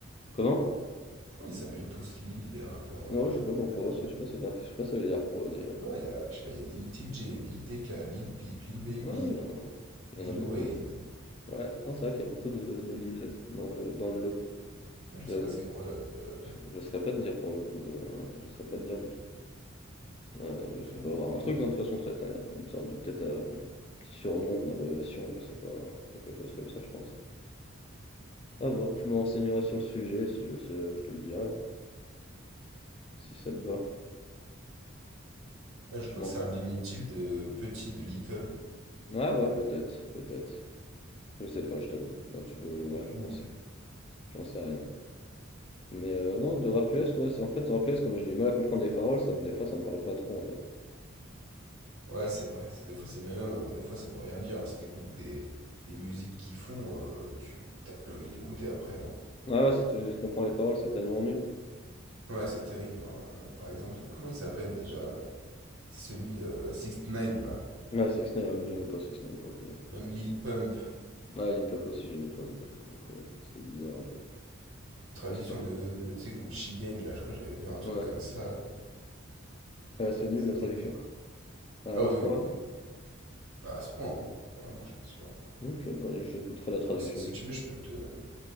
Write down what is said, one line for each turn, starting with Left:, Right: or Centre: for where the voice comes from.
Left: Comment?
Right: Pourquoi ils s'appellent tous Lil les rappeurs euh,
Left: Ouais, je sais pas pourquoi,
Right: américains?
Left: c'est- je sais pas, c'est- je sais pas ça veut dire quoi d'ailleurs.
Right: Non, il y a, je sais pas, il y a Lil T J Lil TK, Lil Peep, Lil Baby,
Left: Ah oui, il y en a, il
Right: Lil
Left: y en a beaucoup.
Right: Wayne.
Left: Ouais, non, c'est vrai qu'il y a beaucoup de, de Lille dans le, dans le lot.
Right: Ah, Je sais
Left: J'avoue,
Right: pas c'est quoi. euh,
Left: je ne saurais pas te dire pour le coup, euh, je ne saurais pas te dire du tout. Euh, je
Right: Ouais,
Left: dois avoir
Right: aucune
Left: un truc,
Right: idée.
Left: hein, de toute façon, ça t'as une sorte de peut-être euh, un petit surnom, une abréviation, je sais pas, quelque chose comme ça, je pense. À voir, je me renseignerai sur le sujet, si je sais, je te le dirai, hein, si ça te va.
Right: Ah, je
Left: Tu
Right: crois
Left: m'en...
Right: que c'est un diminutif de petit, de little.
Left: Ah ouais, peut-être, peut-être. Je sais pas, je t'avoue. Bah, tu peux, ouais,
Right: Aucune
Left: j'en
Right: idée.
Left: sais, j'en sais rien. Mais euh, non, de rap US, ouais, c'est en fait, de rap US, comme j'ai du mal à comprendre les paroles, ça me, des fois, ça me parle pas trop, en fait.
Right: Ouais, c'est vrai. Des fois, ça met même, euh, des fois, ça veut rien dire. hein. Si t'écoutes des, des musiques qui font, euh, tu t'as plus envie de l'écouter après. hein.
Left: Ah ouais, si tu comprends les paroles, c'est tellement nul.
Right: Ouais, c'est terrible. hein. Euh, Par exemple, comment il s'appelle déjà? euh, C'est celui euh, 6 ix là.
Left: Ouais, 6 9 j'aimais pas 6 9 pour le coup.
Right: Même Lil Pump,
Left: Ah, Lil Pump aussi, j'aimais pas non plus pour le coup. C'était bizarre un peu.
Right: traduction
Left: Ouais, c'est pas...
Right: de, de tu sais, Gucci Gang, là, je crois que j'avais vu un truc
Left: ouais.
Right: comme ça.
Left: Ah, c'est nul
Right: C'est
Left: la traduction.
Right: terrible.
Left: Ah,
Right: Ah
Left: ouais,
Right: oui,
Left: c'est pas
Right: oui, oui. Bah, à ce point, hein. Vraiment, je t'assure.
Left: Ok, bah, j'écouterai la traduction.
Right: Enfin, si, si tu veux, je peux te,